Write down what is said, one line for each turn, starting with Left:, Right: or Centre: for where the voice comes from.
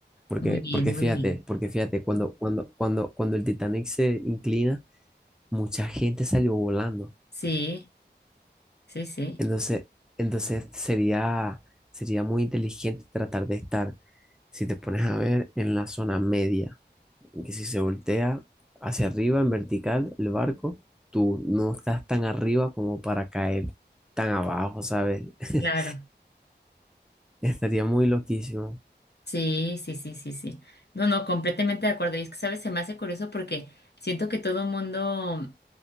Centre: Porque,
Left: muy bien,
Centre: porque fíjate,
Left: muy bien.
Centre: porque fíjate, cuando, cuando, cuando, cuando el Titanic se inclina, mucha gente salió volando.
Left: Sí, sí, sí,
Centre: Entonces, entonces sería, sería muy inteligente tratar de estar, si te pones a ver, en la zona media, en que si se voltea hacia arriba, en vertical, el barco, tú no estás tan arriba como para caer tan abajo, ¿sabes? <laughs>
Left: claro.
Centre: Estaría muy loquísimo.
Left: Sí, sí, sí, sí, sí. No, no, completamente de acuerdo. Y es que, ¿sabes? Se me hace curioso porque siento que todo el mundo